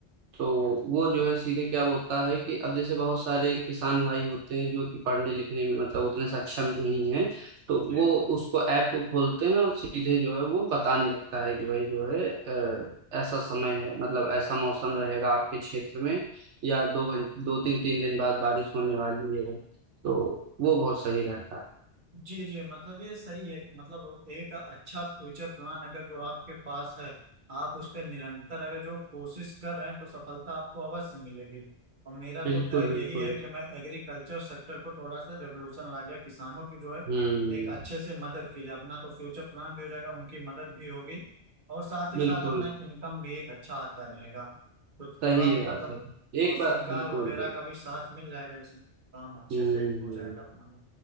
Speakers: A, on the right (about 80°); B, on the right (about 45°).
A: तो वो जो है सीधे क्या बोलता है कि अब जैसे बहुत सारे किसान भाई होते हैं जो कि पढ़ने लिखने में मतलब उतने सक्षम नहीं है तो
B: जी
A: वो उसको ऐप को खोलते हैं और सीधे जो है वो बताने लगता है कि भाई जो है अ, ऐसा समय है मतलब ऐसा मौसम रहेगा आपके क्षेत्र में या दो घंटे दो दिन तीन दिन बाद बारिश होने वाली है तो वो बहुत सही रहता है
B: जी जी मतलब ये सही है कि मतलब एक अच्छा फ्यूचर प्लान अगर जो आपके पास है आप उस पर निरंतर अगर जो कोशिश कर रहे हैं तो सफलता आपको अवश्य मिलेगी और मेरा
A: बिल्कुल
B: तो खैर
A: बिल्कुल
B: यही है कि मैं एग्रीकल्चर सेक्टर को थोड़ा सा रेवोल्यूशन ला जाए किसानों की जो है
A: हम्म
B: एक अच्छे से मदद की जाए अपना तो फ्यूचर प्लान भी हो जाएगा उनकी मदद भी होगी और साथ ही
A: बिल्कुल
B: साथ अपना इनकम भी एक अच्छा आता रहेगा तो थोड़ा
A: सही बात
B: मतलब
A: है एक
B: और सरकार
A: बार बिल्कुल
B: वगैरह
A: बिल्कुल
B: का भी साथ मिल जाएगा इसमें काम अच्छे
A: हम्म
B: से
A: हम्म।
B: हो जाएगा अपना